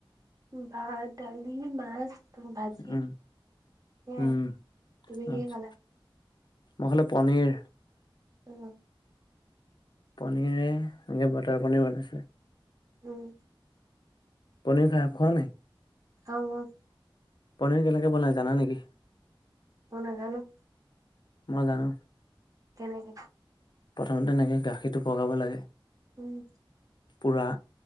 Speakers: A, on the right (about 40°); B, on the left (about 55°).
A: ভাত দালি মাছ ত ভাজি
B: উম,
A: এ
B: উম,
A: তুমি কিহে
B: আচ্ছা।
A: খালা
B: মই খালো পনীৰ
A: উম।
B: পনীৰে এনেকে বাটাৰ পনীৰ বনাইছিলে।
A: উম।
B: পনীৰ খাই খোৱা নাই।
A: খাওঁ খাওঁ।
B: পনীৰ কেনেকে বনাই জানা নেকি?
A: মই নাজানো -
B: মই জানো।
A: কেনেকে?
B: প্ৰথমতে তেনেকে গাখীৰটো পগাব লাগে
A: উম।
B: পোৰা